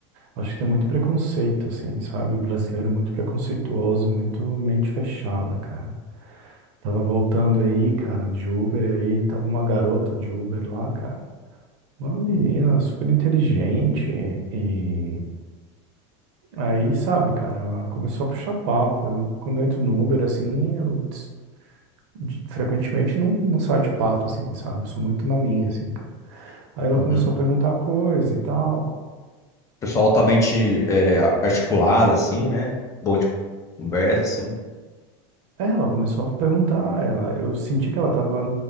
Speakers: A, on the right (about 65°); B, on the left (about 20°).
A: Acho que tem muito preconceito, assim, sabe? O brasileiro é muito preconceituoso e muito mente fechada, cara. Tava voltando aí, cara, de Uber, e aí tava uma garota de Uber lá, cara. Uma menina super inteligente e Aí, sabe, cara, ela começou a puxar papo. Eu, quando eu entro no Uber, assim, eu des- de- frequentemente não, não saio de papo, assim, sabe? Eu sou muito na minha, assim, cara. Aí ela
B: Uhum.
A: começou a perguntar coisa e tal.
B: Pessoal altamente é, articulado, assim, né? Bom de conversa, assim.
A: É, ela começou a perguntar, ela, eu senti que ela estava